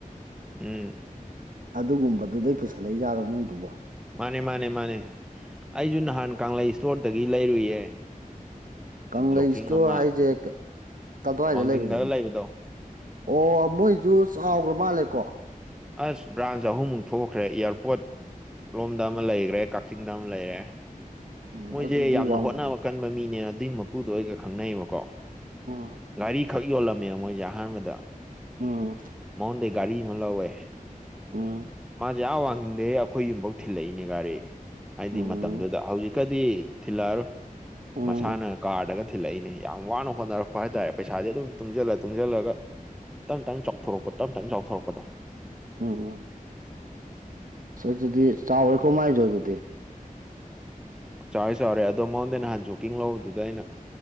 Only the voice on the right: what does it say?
ꯑꯗꯨꯒꯨꯝꯕꯗꯨꯗꯩ ꯄꯨꯁꯜꯂꯛꯏ ꯌꯥꯔꯣ ꯃꯣꯏꯗꯨꯕꯣ
ꯀꯪꯂꯩ
ꯏꯁꯇꯣꯔ
ꯍꯥꯏꯁꯦ ꯀꯋꯥꯏꯗ
ꯂꯩꯕꯗꯨꯅ
ꯑꯣ ꯃꯣꯏꯁꯨ ꯆꯥꯎꯈ꯭ꯔ ꯃꯥꯜꯂꯦꯀꯣ
ꯎꯝ
ꯑꯗꯨꯗꯤ
ꯋꯥꯡꯖꯟ
ꯑꯥ
ꯎꯝ
ꯎꯝ
ꯎꯝ
ꯎꯝ
ꯎꯝ ꯎꯝ ꯑꯗꯨꯗꯤ ꯆꯥꯎꯋꯦꯀꯣ ꯃꯥꯏꯁꯨ ꯑꯗꯨꯗꯤ